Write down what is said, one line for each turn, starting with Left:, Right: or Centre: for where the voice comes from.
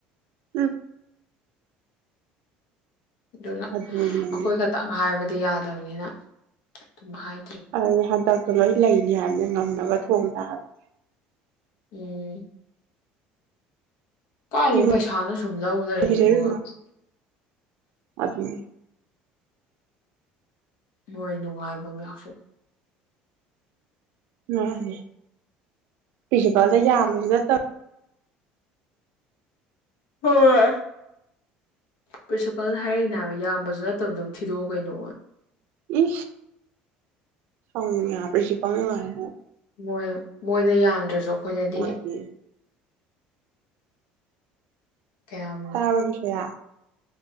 Right: ꯎꯝ
Left: ꯑꯗꯨꯅ
Right: ꯑꯗꯨꯅꯦꯃꯤ
Left: ꯑꯩꯈꯣꯏ ꯈꯛꯇꯪ ꯍꯥꯏꯕꯗꯤ ꯑꯗꯨ ꯌꯥꯗꯕꯅꯤꯅ ꯑꯗꯨꯝ ꯍꯥꯏ
Right: ꯑꯍꯗ ꯂꯣꯏ ꯂꯩꯅꯤ ꯍꯥꯏꯅ ꯉꯝꯅꯕ ꯊꯣꯡ ꯇꯥꯕꯁ
Left: ꯎꯝ ꯀꯔꯦ
Right: ꯀꯤꯕꯨ
Left: ꯄꯁꯥꯅ ꯁꯨꯝ ꯂꯧ ꯂꯩꯔꯦ
Right: ꯀꯤꯖꯩꯔꯨꯅꯨ
Left: ꯑꯗꯨꯒꯒ
Right: ꯑꯗꯨꯅꯦ
Left: ꯃꯣꯏ ꯅꯨꯡꯉꯥꯏꯕ ꯌꯥꯎꯁꯜ
Right: ꯃꯥꯅꯦ ꯄ꯭ꯔꯤꯟꯁꯤꯄꯥꯜꯗ ꯌꯥꯝꯕꯁꯨ ꯅꯠꯇꯕ
Left: ꯍꯣꯏ ꯄ꯭ꯔꯤꯟꯁꯤꯄꯥꯜꯅ ꯍꯥꯏꯔꯛꯏꯅꯦꯕ ꯏꯕꯁꯨ ꯅꯠꯇꯕꯗ ꯑꯗꯨꯝ ꯊꯤꯗꯣꯛꯑꯣ ꯀꯩꯅꯣ
Right: ꯏ ꯁꯥꯎꯁꯤꯖꯤꯄ ꯌꯥꯅ
Left: ꯃꯣꯏ ꯃꯣꯏꯗ ꯌꯥ ꯗ꯭ꯔꯖꯣꯛ ꯑꯩꯈꯣꯏꯗꯗꯤ
Right: ꯅꯨꯡꯉꯥꯏꯇꯦꯌꯦ
Left: ꯀꯌꯥꯝ
Right: ꯇꯥꯕꯕꯤꯁꯌꯥ